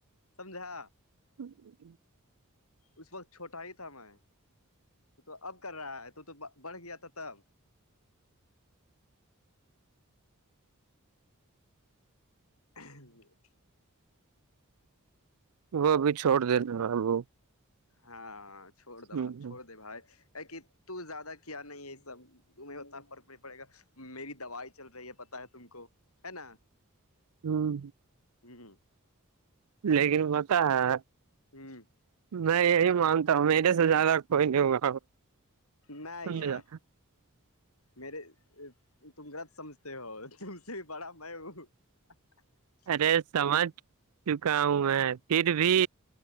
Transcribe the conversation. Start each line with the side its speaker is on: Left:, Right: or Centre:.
Left: سمجھا
Right: <unintelligible>
Left: اس وقت چھوٹا ہی تھا میں تو تو اب کر رہا ہے تو تو بڑھ گیا تھا تب <unintelligible>
Right: وہ ابھی چھوڑ دینا ہےب وہ
Left: ہاں چھوڑ د
Right: ہوں
Left: ب چھوڑ
Right: ہوں
Left: دے بھائی ا کہ تو زیادہ کیا نہیں ہے سب تمہیں اتنا فرق نہیں پڑے گا میری دوائی چل رہی ہے پتا ہے تم کو ہے نا
Right: ہاں
Left: جی
Right: لیکن ہوتا ہے
Left: ہوں
Right: میں یہی مانتا ہوں میرے سے زیادہ کوئی نہیں ہوا
Left: نہیں
Right: ہوگا
Left: یار میرے تم غد سمجھتے ہو تم سے بھی پڑا میں ہوں <unintelligible>
Right: ارے سمجھ چکا ہوں میں پھر بھی